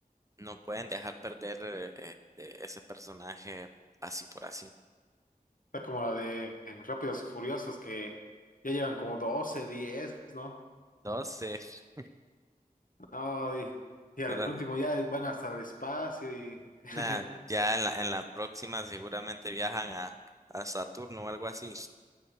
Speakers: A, on the right; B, on the left.
A: No pueden dejar perder eh, eh, eh, ese personaje así por así.
B: Está como la de Rápidos y Furiosos, que ya llevan como 12 diez ¿no?
A: Entonces,
B: No, y, y al
A: pero
B: último ya van hasta el espacio y, <laughs>
A: nada, ya en la, en la próxima seguramente viajan a, a Saturno o algo así.